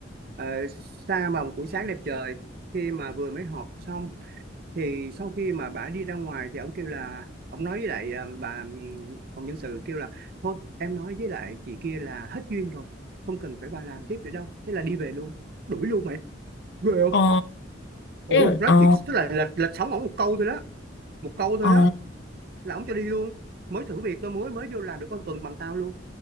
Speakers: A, on the right (about 55°); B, on the left (about 65°).
A: Ờ, xa mà một buổi sáng đẹp trời khi mà vừa mới họp xong thì sau khi mà bà đi ra ngoài thì ông kêu là ông nói với lại à, bà ừm, phòng nhân sự kêu là thôi em nói với lại chị kia là hết duyên rồi không cần phải bà làm tiếp nữa đâu thế là đi về luôn đuổi luôn mày ghê không
B: ờ
A: ồ
B: ừ,
A: nói
B: ờ
A: chuyện tức là lệch lệch sóng ổng một câu thôi đó một câu thôi
B: ờ
A: đó là ổng cho đi luôn mới thử việc tôi mới mới vô làm được con tuần bằng tao luôn